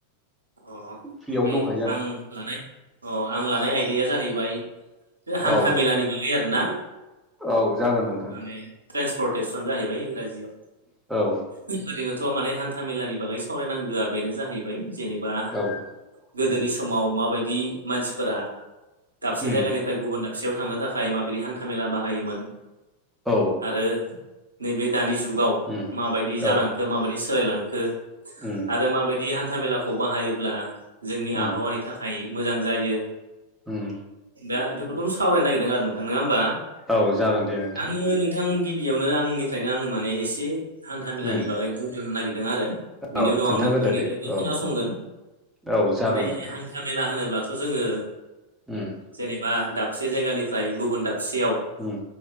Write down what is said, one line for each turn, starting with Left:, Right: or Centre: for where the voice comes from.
Right: अ ओमफ्राय
Centre: फ्रियावनो दंखायो
Right: आं लानाय अ आं लानाय आयदाया जाहैबाय बे हान्था
Centre: औ
Right: मेलानि बागै आरोना
Centre: औ जागोन
Right: माने
Centre: नोंथां
Right: ट्रेन्सपर्रटेसन जाहैबाय इंराजियाव
Centre: औ
Right: ओरैनोथ' माने हान्था मेलानि बागै सावरायनांगोआ बेनो जाहैबाय जेनेबा
Centre: औ
Right: गोदोनि
Centre: उम
Right: समाव माबायदि मानसिफोरा दाबसे
Centre: उम
Right: जायगानि फ्राय गुबुन दाबसेयाव थांनो थाखाय माबायदि हान्था मेला बाहायोमोन
Centre: औ
Right: आरो नैबे दानि जुगाव
Centre: उम
Right: माबायदि
Centre: औ
Right: जालांखो माबायदि सोलायलांखो
Centre: उम
Right: आरो माबायदि हान्था मेलाखौ बाहायोब्ला जोंनि
Centre: उम
Right: आबहावानि थाखाय मोजां जायो
Centre: उम
Right: दा बेफोरखौनो सावरायनो नागिरदों आरो नोंथां नंङा होमबा
Centre: औ जागोन दे नोंथां
Right: आङो नोंथां गिबियावनो आंनिफ्रायनो आंनो माने एसे हान्था मेलानि
Centre: उम
Right: बागै बुंथ'नो नागिरदों आरो बिनि
Centre: औ
Right: उनाव
Centre: खोन्थाग्रोदो
Right: आं नोंथांनिफ्रायबो
Centre: दे औ
Right: खोनासंगोन
Centre: औ जागोन
Right: माने
Centre: नोंथां
Right: हान्था मेला होनोब्लाथ' जोङो
Centre: उम
Right: जेनेबा दाबसे जायगानिफ्राय गुबुन दाबसेयाव
Centre: उम